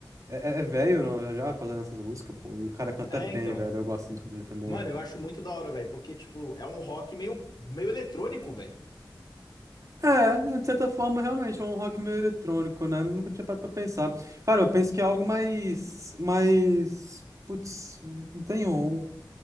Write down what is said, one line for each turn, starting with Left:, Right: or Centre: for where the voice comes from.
Right: É, é é velho, não? Já já fazendo essas músicas, pô. E o cara canta
Left: É,
Right: bem,
Left: então.
Right: velho. Eu gosto muito dele também.
Left: Mano, eu acho muito da hora, velho, porque, tipo, é um rock meio, meio eletrônico, velho.
Right: É, de certa forma, realmente, é um rock meio eletrônico, né? Nunca tinha parado pra pensar. Cara, eu penso que é algo mais, mais, putz, eu não tenho...